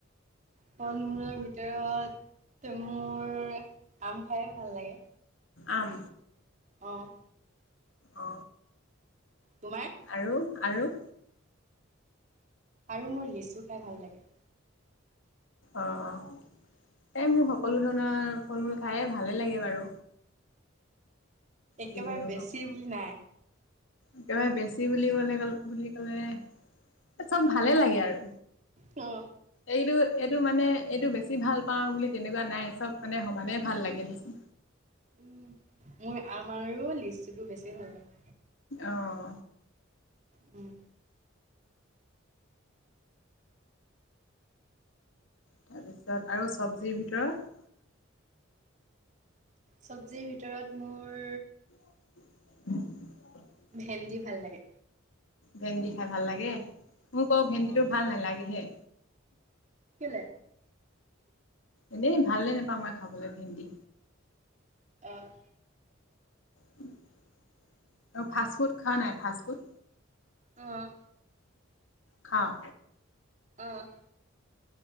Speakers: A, on the right; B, on the left.
A: ফল মূলৰ ভিতৰত, ত' মোৰ আম খাইয়ে ভাল লাগে।
B: আম?
A: অ'।
B: অ
A: তোমাৰ?
B: আৰু, আৰু।
A: আৰু মোৰ লিচু খাই ভাল লাগে।
B: অ', অ', এ মোৰ সকলো ধৰণৰ ফল-মূল খাইয়ে ভালে লাগে বাৰু।
A: একেবাৰে
B: যিকোনো
A: বেছি
B: হওক
A: বুলি নাই।
B: একেবাৰে বেছি বুলি ক'লে, বুলি ক'লে এ চব ভালে লাগে আৰু।
A: হম।
B: এইটো এইটো মানে এইটো বেছি ভাল পাওঁ বুলি তেনেকুৱা নাই, চব মানে সমানে ভাল লাগে দে চোন।
A: উম, মোৰ আমা আৰু লেচুটো বেছি ভাল লাগে।
B: অহ।
A: উম।
B: তাৰপিছত আৰু চব্জিৰ ভিতৰত?
A: চব্জিৰ ভিতৰত মোৰ
B: <inaudible>
A: ভেন্দি ভাল লাগে।
B: ভেন্দি খাই ভাল লাগে! মোৰ বাৰু ভেন্দিটো
A: অ
B: ভাল নালাগেহে।
A: কেলে?
B: এনেই, ভালে নাপাওঁ মই খাবলৈ ভেন্দি।
A: অ'।
B: <unintelligible> ফাষ্ট ফুড খাৱা নাই? Fast food?
A: অ'।
B: খাঁও।
A: অ'।